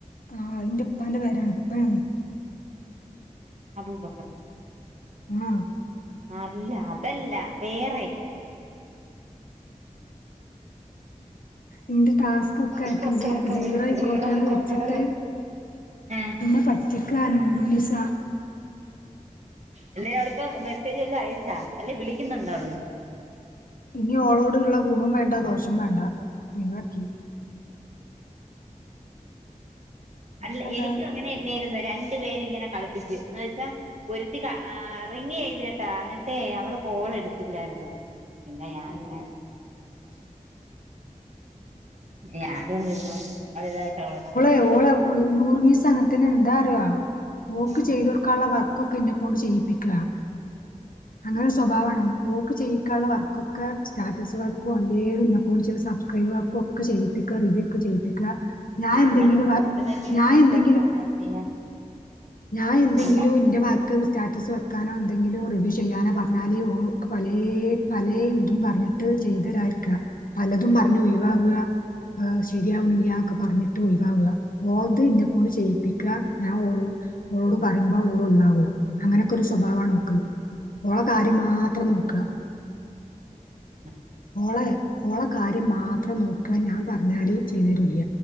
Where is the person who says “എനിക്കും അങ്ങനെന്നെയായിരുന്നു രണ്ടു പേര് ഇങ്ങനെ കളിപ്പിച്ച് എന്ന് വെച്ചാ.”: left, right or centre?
Right